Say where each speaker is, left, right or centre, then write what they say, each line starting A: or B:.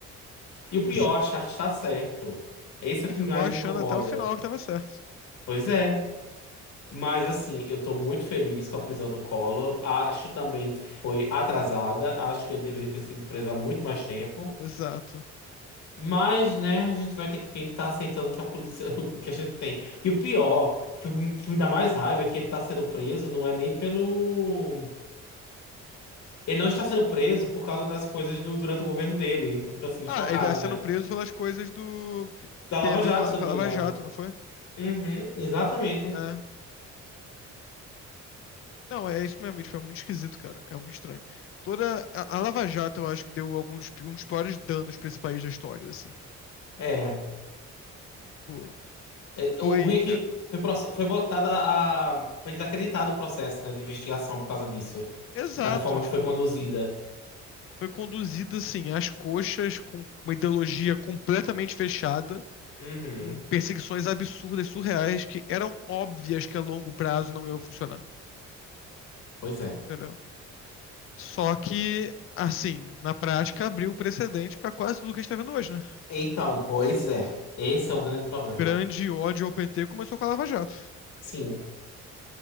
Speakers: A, on the left; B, on the left.
A: E o pior,
B: Assim,
A: achar que está certo. Esse é
B: e
A: o que
B: ficou
A: mais
B: achando
A: me incomoda.
B: até o final que tava certo.
A: Pois é. Mas assim, eu tô muito feliz com a prisão do Collor. Acho também que foi atrasada. Acho que ele deveria ter sido preso há muito mais tempo.
B: Exato.
A: Mas, né, a gente vai ter que tem que estar aceitando que a polícia, <laughs> o que a gente tem. E o pior, que, o- que me dá mais raiva é que ele tá sendo preso, não é nem pelo. Ele não está sendo preso por causa das coisas do- durante o governo dele, que eu fico assim,
B: Ah,
A: chocado,
B: ele tá sendo
A: né?
B: preso pelas coisas do que
A: Da Lava
B: tem a ver
A: Jato,
B: com a,
A: se eu
B: com
A: não
B: a
A: me
B: Lava
A: engano.
B: Jato, não foi?
A: Uhum, exatamente.
B: É. Não, é isso mesmo. e, Tipo, é muito esquisito, cara. É muito estranho. Toda a, a Lava Jato, eu acho que deu algum dos, pi- um dos piores danos pra esse país da história, assim.
A: É.
B: Tipo,
A: É,
B: foi.
A: O ruim é que
B: é,
A: foi, proce- foi botada a. Foi desacreditado o processo, né, de investigação por causa disso.
B: exato,
A: Cada forma
B: tipo.
A: que foi conduzida.
B: Foi conduzida, assim, às coxas, com uma ideologia completamente fechada,
A: Uhum.
B: com perseguições absurdas, surreais, que eram óbvias que a longo prazo não iam funcionar,
A: Pois é.
B: entendeu? Só que, assim, na prática abriu precedente pra quase tudo que a gente tá vendo hoje, né?
A: Então, pois é. Esse é o grande problema.
B: Grande ódio ao PT começou com a Lava Jato.
A: Sim.